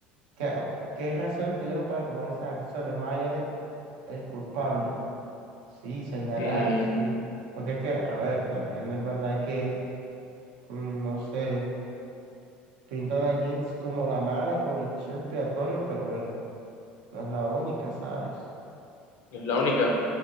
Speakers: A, on the right; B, on the left.
A: que- qué razones tuvieron para tomar esas acciones, más allá del el culpable. Sí, señalar,
B: Mm,
A: sí. Porque es que, a ver, también es verdad que, mm, no sé. Pintan a Jinx como la mala, como el chivo expiatorio, pero él no es la única, ¿sabes?
B: es la única.